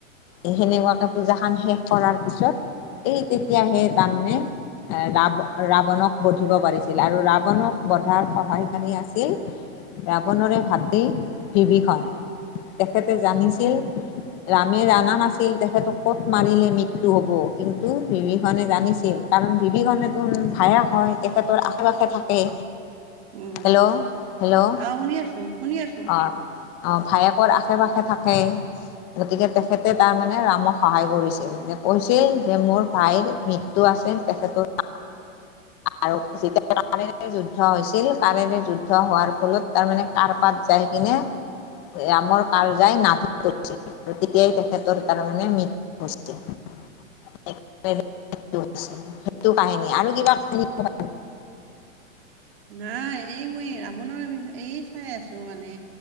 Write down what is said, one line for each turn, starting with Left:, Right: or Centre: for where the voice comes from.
Left: এ সেনেকুৱাকে পূজাখন শেষ কৰাৰ পিছত এই তেতিয়াহে তাৰমানে ৰাৱ ৰাৱণক বধিব পাৰিছিল আৰু ৰাৱণক বধাৰ সহায় কাৰী আছিল ৰাৱণৰে ভাতৃ বিভীষণ। তেখেতে জানিছিল ৰামে জানা নাছিল তেখেতক ক'ত মাৰিলে মৃত্যু হ'ব, কিন্তু বিভীষণে জানিছিল। কাৰণ বিভীষণে টোন ভায়েক হয়, তেখেতৰ আশে-পাশে থাকে।
Right: উম উম
Left: হেল্ল', হেল্ল'
Right: অ শুনি আছো শুনি আছো
Left: অ অ ভায়েকৰ আশে-পাশে থাকে। গতিকে তেখেতে তাৰমানে ৰামক সহায় কৰিছিল, যে কৈছিল যে মোৰ ভাইৰ মিত টো আছে তেখেতৰ আৰু <unintelligible> কাঁড়েৰে যুদ্ধ হৈছিল। কাঁড়েৰে যুদ্ধ হোৱাৰ ফলত তাৰমানে কাঁড় পাত যাই কিনে ৰামৰ কাল যায় নাভি আৰু তেতিয়াই তেখেতৰ তাৰমানে মৃত্যু হৈছে। <unintelligible> সেইটো কাহিনী আৰু কিবা কাহিনী কবাত
Right: নাই এই মই ৰাৱণৰ বিষয়ে এই চাই আছো মানে